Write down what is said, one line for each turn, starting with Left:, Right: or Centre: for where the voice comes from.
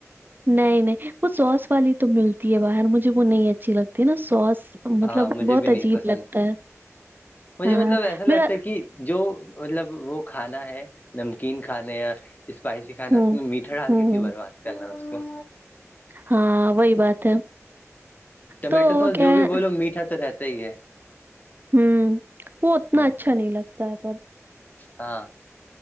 Right: نہیں نہیں وہ سوس والی تو ملتی ہے باہر مجھے وہ نہیں اچھی لگتی ہے نا سوس مطلب
Left: ہاں مجھے
Right: بہت
Left: بھی نہیں
Right: عجیب
Left: ہے پسند
Right: لگتا ہے
Left: مجھے
Right: ہاں
Left: مطلب ایسا لگتا
Right: میرا
Left: ہے کہ جو مطلب وہ کھانا ہے نمکین کھانے یا اسپائسی کھا
Right: ہوں
Left: اس میں میٹھا ڈال
Right: ہوں
Left: کے کیوں برباد کرناا اس کو
Right: ہاں وہی بات ہے
Left: ٹمیٹو
Right: تو
Left: سوس
Right: وہ کیا
Left: جو
Right: ہے
Left: بھی بولو میٹھا تو رہتا ہی ہے
Right: ہوں وہ اتنا
Left: ہ
Right: اچھا نہیں لگتا ہے پر
Left: ہاں